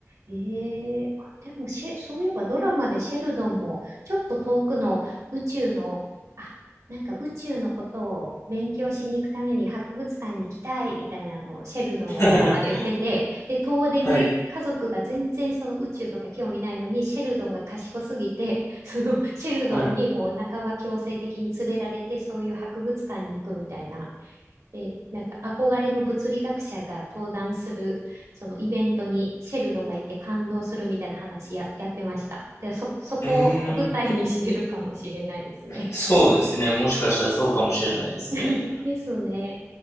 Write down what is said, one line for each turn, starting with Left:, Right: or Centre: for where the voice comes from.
Right: えー、あ、でもシェ、そういえばドラマでシェルドンも、ちょっと遠くの宇宙の、あ、なんか宇宙のことを勉強しに行くために博物館に行きたいみたいなのをシェルドンがドラマで言ってて、
Left: <laughs>
Right: で、遠出に家族が全然その宇宙とか興味ないのに、
Left: はい、
Right: シェルドンが賢すぎて、<laughs> そのシェルドンにもう半ば強制的に連れられて、
Left: はい。
Right: そういう博物館に行くみたいな。で、なんか憧れの物理学者が登壇する、そのイベントにシェルドンが行って感動するみたいな話や、やってました。で、そ、そこを舞台にしてるかもしれないですね。
Left: うーん。そうですね。もしかしたらそうかもしれないですね。
Right: <laughs> ですね。